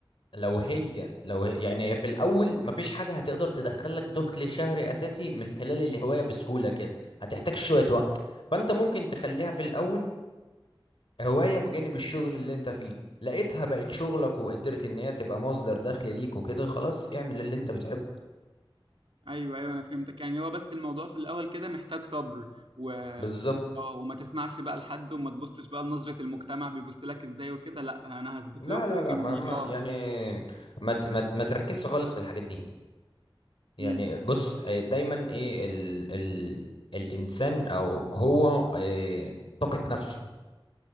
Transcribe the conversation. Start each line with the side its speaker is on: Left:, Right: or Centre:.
Left: لو هي لو هي يعني هي في الأول مفيش حاجة هتقدر تدخلك دخل شهري أساسي من خلال الهواية بسهولة كده هتحتاج شوية وقت فأنت ممكن تخليها في الأول هواية بجانب الشغل اللي انت فيه لقيتها بقت شغلك وقدرت ان هي تبقى مصدر دخل ليك وكده خلاص اعمل اللي انت بتحبه
Right: ايوه ايوه انا فهمتك يعني هو بس الموضوع في الاول كده محتاج صبر و
Left: بالظبط
Right: اه وما تسمعش بقى لحد وما تبصش بقى لنظرة المجتمع بيبص لك ازاي وكده لا انا هثبت
Left: لا
Right: لكم
Left: لا لا
Right: اني
Left: ما, ما
Right: اه
Left: يعني ما, ت- ما, ت- ما تركزش خالص في الحاجات دي يعني
Right: امم
Left: بص اه، دايما ايه ال ال الانسان او هو اه، طاقة نفسه